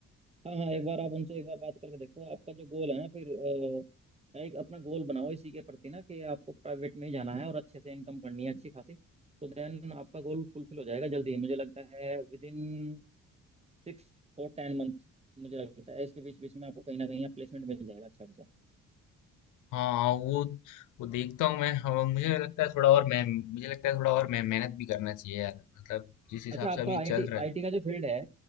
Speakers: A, on the right (about 20°); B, on the left (about 80°).
A: हाँ हाँ एक बार आप उनसे एक बार बात करके देखो आपका जो गोल है ना फिर लाइक अपना गोल बनाओ इसी के प्रति ना कि आपको प्राइवेट में ही जाना है और अच्छे से इनकम करनी है अच्छी खासी तो देन आपका गोल फुलफिल हो जाएगा जल्दी ही। मुझे लगता है विद इन सिक्स और टेन मंथ मुझे लगता है इसके बीच बीच में आपको कहीं ना कहीं प्लेसमेंट मिल जाएगा अच्छा खासा
B: हाँ हाँ, वो वो देखता हूँ मैं हाँ, मुझे लगता है थोड़ा और मैं मुझे लगता है थोड़ा और मैं मेहनत भी करना चाहिए यार मतलब जिस हिसाब
A: अच्छा आपका
B: से अभी
A: आईटी
B: चल रहा है
A: आईटी का जो फील्ड है